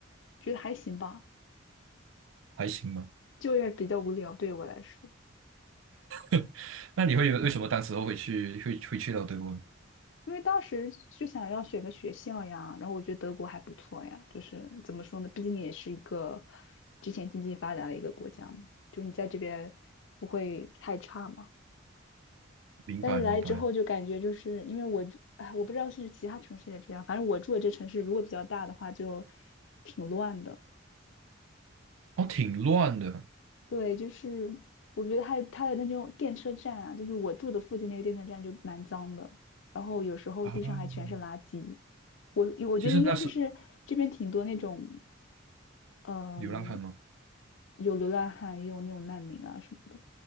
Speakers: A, on the left (about 60°); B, on the right (about 70°).
A: 觉得还行吧。
B: 还行吗？
A: 就业比较无聊，对于我来说，
B: <laughs> 那你会为什么当时候会去会会去到德国呢？
A: 因为当时就想要选个学校呀，然后我觉得德国还不错呀，就是怎么说呢，毕竟也是一个之前经济发达的一个国家嘛，就是你在这边不会太差嘛。
B: 明白明白，
A: 但是来之后就感觉就是因为我住，哎，我不知道是其他城市也这样，反正我住的这城市如果比较大的话就挺乱的。
B: 哦，挺乱的
A: 对，就是我觉得它它的那种电车站啊，就是我住的附近那个电车站就蛮脏的，然后有时候地上还全是垃圾。
B: 啊。
A: 我我觉得应该就是这边挺多那种，
B: 其实那是
A: 嗯，
B: 流浪汉吗？
A: 有流浪汉，也有那种难民啊什么的。